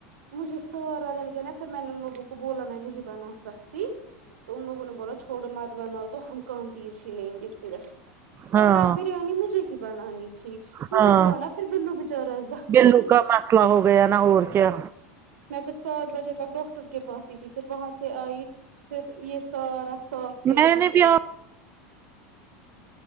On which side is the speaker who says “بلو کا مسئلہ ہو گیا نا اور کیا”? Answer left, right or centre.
Right